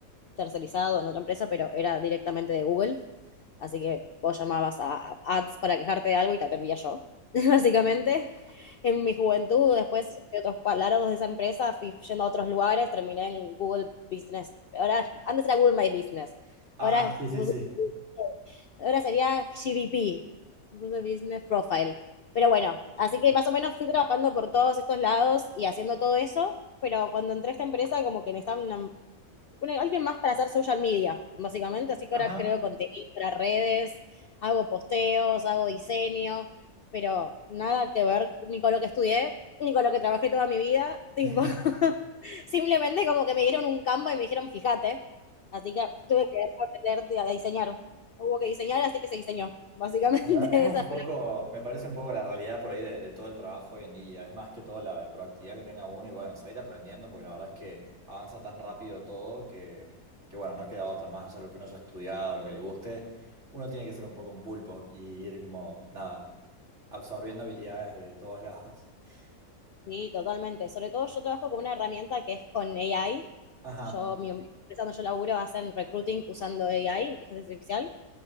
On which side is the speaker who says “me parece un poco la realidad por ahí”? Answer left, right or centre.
Right